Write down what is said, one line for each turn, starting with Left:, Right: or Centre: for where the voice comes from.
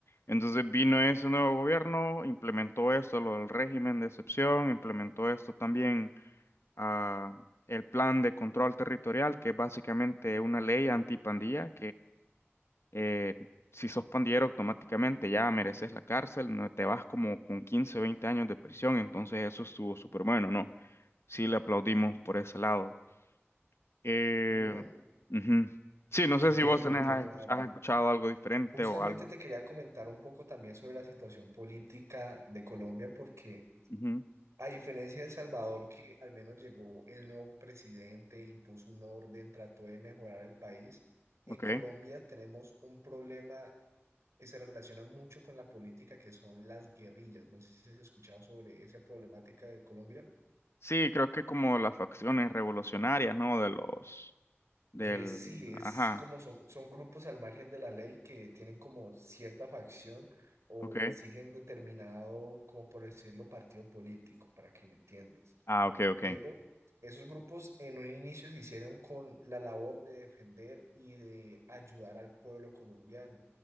Left: Entonces vino ese nuevo gobierno, implementó esto, lo del régimen de excepción, implementó esto también, ah, el plan de control territorial, que es básicamente una ley antipandilla eh, si sos pandillero automáticamente ya mereces la cárcel, no te vas como con 15 o 20 años de prisión, entonces eso estuvo súper bueno, ¿no? Sí le aplaudimos por ese lado. Eh,
Right: Mm,
Left: ujú. Sí, no sé
Right: Entiendo,
Left: si vos tenés,
Right: entiendo,
Left: has, escuch-
Right: la verdad.
Left: has escuchado algo diferente
Right: Justamente
Left: o algo.
Right: te quería comentar un poco también sobre la situación política de Colombia, porque
Left: Ujú,
Right: a diferencia de El Salvador, que al menos llegó el nuevo presidente, impuso un orden, trató de mejorar el país, en
Left: Ok.
Right: Colombia tenemos un problema que se relaciona mucho con la política, que son las guerrillas. No sé si has escuchado sobre esa problemática de Colombia.
Left: Sí, creo que como las facciones revolucionarias, ¿no? De los, del,
Right: Eh, sí, es
Left: ajá,
Right: como son, son grupos al margen de la ley que tienen como cierta facción o
Left: ok.
Right: siguen determinado, como por decirlo, partido político, para que me entiendas.
Left: Ah, ok, ok.
Right: Pero esos grupos en un inicio se hicieron con la labor de defender y de ayudar al pueblo colombiano.